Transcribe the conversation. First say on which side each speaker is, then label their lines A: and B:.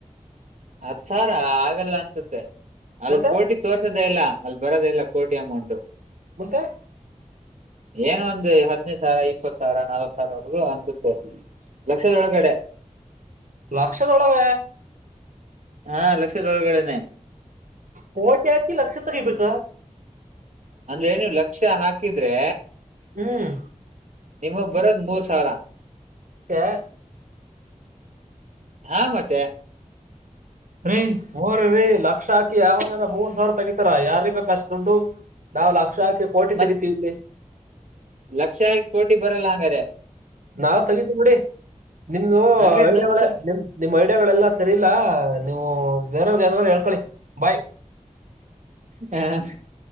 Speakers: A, on the right; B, on the right.
A: ಅತ್ ಸಾರ ಆಗಲ್ಲ ಅನ್ಸುತ್ತೆ ಅಲ್ಲಿ
B: ಮತ್ತೆ
A: ಕೋಟಿ ತೋರ್ಸೋದೇ ಇಲ್ಲ ಅಲ್ಲಿ ಬರದೇ ಇಲ್ಲ ಕೋಟಿ ಅಮೌಂಟ್
B: ಮತ್ತೆ
A: ಏನ್ ಒಂದು ಹದ್ನೈದು ಸಾವಿರ ಇಪ್ಪತ್ ಸಾವಿರ ನಾಲ್ತ್ ಸಾವಿರವರೆಗೂ ಅನ್ಸುತ್ತೆ ಲಕ್ಷದೊಳ ಕಡೆ
B: ಲಕ್ಷ್ಯ ೋಳಾಗ
A: ಹಾ ಲಕ್ಷದೊಳಗಡನೆ
B: ಕೋಟಿ ಹಾಕಿ ಲಕ್ಷ ತೆಗೆಬೇಕ
A: ಅಂದ್ರೆ ಏನು ಲಕ್ಷ ಹಾಕಿದ್ರೆ
B: ಹ್ಮ್
A: ನಿಮಗ್ ಬರೋದ್ ಮೂರ್ ಸಾವಿರ
B: ಹ
A: ಹಾ ಮತ್ತೆ
B: ೀ ಹಊರ ರೀ ಲಕ್ಷ ಹಾಕಿ ಯಾವನಾರ ಮೂರ್ ಸಾವಿರ ತಗಿತಾರ ಯಾರ ಬೇಕ ಅಷ್ಟ ದುಡ್ಡು ನಾವವು ಲಕ್ಷಾಕಿ ಪೋಟಿ
A: ಮತ್ತೆ
B: ತೆಗಿತೀವಿವಿ
A: ಲಕ್ಷ ಕೋಟಿ ಬರಲ್ಲ ಹಂಗಾರೆ
B: ನಾವ್ ತಗತಿೀವಿ ನೋಡಿ ನಿಮ್ದು
A: ಹಂಗಾರೆ ನಮ್ಗ್
B: ವಳ
A: ಸ್ವಲ್ಪ
B: ನಿಮ ನಿಮ್ ಐಡಿಯಾಗಳೆಲ್ಲಾ ಸರಿ ಇಲ್ಲಾ ನೀವು ಬೇರೆಯವ್ರಿಗೆ ಏನ ಹೇಳ್ಕೊಳ್ಳಿ ಬಾಯ್
A: ಹ